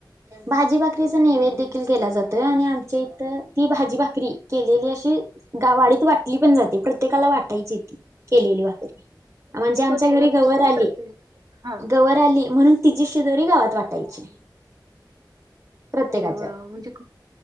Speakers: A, on the right; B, on the right.
A: भाजी भाकरीचा नैवेद देखील केला जातोय, आणि आमच्या इथ ती भाजी भाकरी केलेली अशी गावाडीत वाटली पण जाते प्रत्येकाला वाटायची ती केलेली वाट व <inaudible> म्हणजे आमच्या
B: तो नैवेद्य
A: घरी गवर
B: असतो ते
A: आली
B: प्रत्येक हां,
A: गवर आली म्हणून तिची शी दोरी गावात वाटायचे. प्रत्येकाच्या
B: अरे वाह! म्हणजे खूप